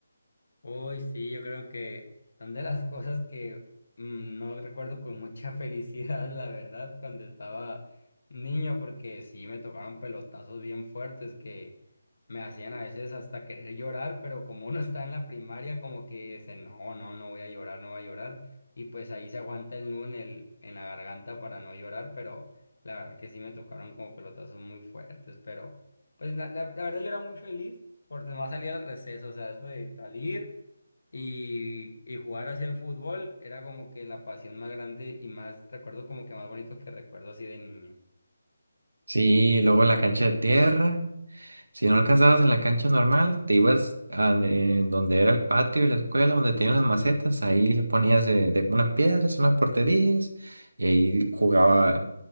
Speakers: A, on the left; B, on the right.
A: Uy, sí, yo creo que son de las <laughs> cosas que mm, no recuerdo con mucha <laughs> felicidad, la verdad, cuando estaba niño, porque sí me tocaron pelotazos bien fuertes que me hacían a veces hasta querer llorar, pero como uno está en la primaria, como que dice, no, no, no voy a llorar, no voy a llorar, y pues ahí se aguanta el nudo en el, en la garganta para no llorar, pero la verdad que sí me tocaron como pelotazos muy fuertes, pero pues la, la- la verdad yo era muy feliz por demás salir al receso, o sea, después de salir. Y, y jugar hacia el fútbol era como que la pasión más grande y más, recuerdo como que más bonito que recuerdo así de niño.
B: Sí, luego la cancha de tierra. Si no alcanzabas en la cancha normal, te ibas a en donde era el patio de la escuela, donde tenían las macetas, ahí le ponías de, de unas piedras, unas porterías, y ahí jugaba